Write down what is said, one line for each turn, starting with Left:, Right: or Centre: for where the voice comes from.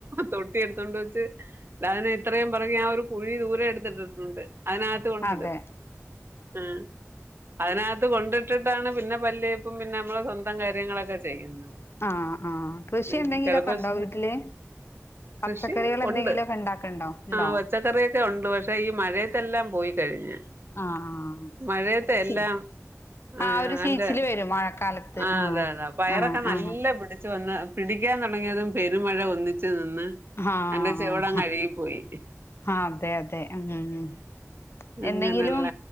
Right: തൊട്ടി എട്ത്തോണ്ട് വെച്ച് ലാദനെ ഇത്രയും പറഞ്ഞി ഞാ ആ ഒരു. കുഴി ദൂരെ എടുത്തിട്ടിട്ടുണ്ട് അതിനകത്ത് കൊണ്ടിടും
Left: അതെ
Right: ആഹ്. അതിനകത്ത് കൊണ്ടിട്ടിട്ടാണ് പിന്നെ പല്ലേപ്പും പിന്നെ നമ്മള സ്വന്തം കാര്യങ്ങളൊക്കെ ചെയ്യുന്നത്.
Left: ആഹ് ആഹ്, കൃഷി
Right: ഉം
Left: എന്തെങ്കിലൊക്കെണ്ടോ
Right: കിഴക്കോശ
Left: വീട്ടില്? പച്ചക്കറികൾ
Right: കൃഷി
Left: എന്തെങ്കിലു
Right: ഉണ്ട്
Left: ഒക്കെ ണ്ടാക്ക്ണ്ടോ ണ്ടോ?
Right: ആഹ് പച്ചക്കറിയൊക്കെ ഒണ്ട് പക്ഷെ ഈ മഴയത്തെല്ലാം പോയി കഴിഞ്ഞ്.
Left: ആഹ്
Right: മഴയത്തെ
Left: അത്
Right: എല്ലാം.
Left: ചി
Right: ആഹ്
Left: ആ ഒരു ചീച്ചില്
Right: അതെ
Left: വരും മഴക്കാലത്ത്
Right: ആഹ് അതെ അതെ പയറൊക്കെ
Left: ആഹ്
Right: നല്ല
Left: ആഹ്
Right: പിടിച്ചു വന്ന് പിടിക്കാൻ തൊടങ്ങിയതും പെരുമഴ ഒന്നിച്ചു നിന്ന്
Left: ആഹ്
Right: എന്റെ ചെവിടങ് അഴുകിപ്പോയി.
Left: ആഹ് അതെ അതെ ഉം
Right: അങ്ങനെയുള്ള
Left: എന്തെങ്കിലും